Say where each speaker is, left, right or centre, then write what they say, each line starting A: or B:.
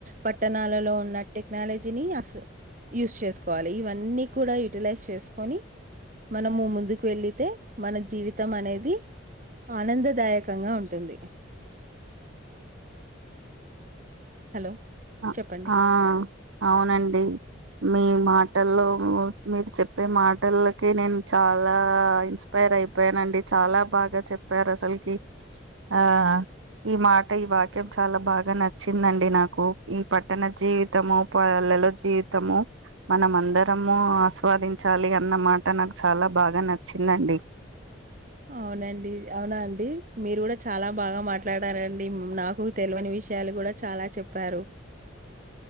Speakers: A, on the right; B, on the right.
A: పట్టణాలలో ఉన్న టెక్నాలజీని అసు యూస్ చేసుకోవాలి ఇవన్నీ కూడా యుూటిలైజ్ చేసుకొని మనము ముందుకు వెళ్ళితే మన జీవితం అనేది ఆనంద దాయకంగా ఉంటుంది హలో
B: అ
A: చెప్పండి.
B: ఆ అవునండి మీమ్ మాటల్లో మీరు చెప్పే మాటలకి నేను చాలా ఇన్స్పైర్ అయిపోయానన్ అండి చాలా బాగా చెప్పారు అసల్కి ఆ ఈ మాట ఈ వాక్యం చాలా బాగా నచ్చిందండి నాకు ఈ పట్టణ జీవితము పల్లెలలో జీవితము మనం అందరము ఆస్వాదించాలి అన్న మాట నాకు చాలా బాగా నచ్చిందండి.
A: అ అవునండి అవునా అండి మీరు కూడా చాలా బాగా మాట్లాడారండి నాకు తెలివని విషయం లు కూడా చాలా చెప్పారు